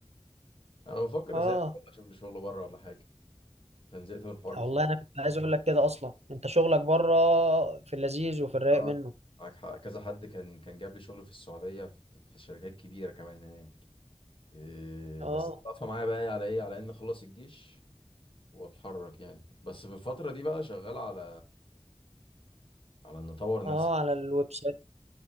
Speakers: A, on the left; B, on the right.
A: انا بفكر
B: اه
A: اسافر والله اشوف لي شغل بره ولا حاجه عشان زهقت من الحوار الفكري
B: والله انا كنت عايز اقول لك كده اصلا انت شغلك بره في اللذيذ وفي الرايق
A: اه
B: منه
A: معاك حق كذا حد كان كان جاب لي شغل في السعوديه في, في شركات كبيره كمان هناك إيه
B: اه
A: بس واقفه معايا بقى على ايه على ان اخلص الجيش واتحرك يعني بس في الفتره دي بقى شغال على على ان اطور نفسي
B: اه على الويب سايت